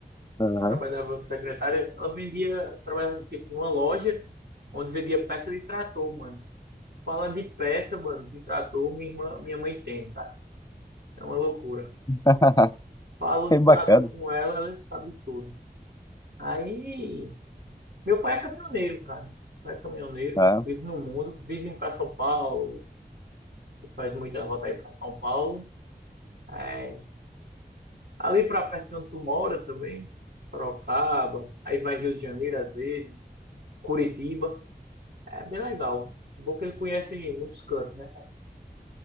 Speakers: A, on the left; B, on the right.
A: Aham.
B: trabalhava secretária, ela vendia, trabalhava tipo numa loja onde vendia peça de trator, mano. Fala de peça, mano, de trator, minha irmã, minha mãe tem, cara. É uma loucura.
A: <laughs>
B: Falo
A: Que
B: de
A: bacana,
B: trator com ela, ela sabe tudo. Aí, meu pai é caminhoneiro, cara. Meu pai é caminhoneiro,
A: tá?
B: vive no mundo, vive para São Paulo, e faz muita volta aí para São Paulo. É, ali para perto de onde tu mora também, Sorocaba, aí vai Rio de Janeiro às vezes, Curitiba. É bem legal. Bom que ele conhece muitos cantos, né? cara?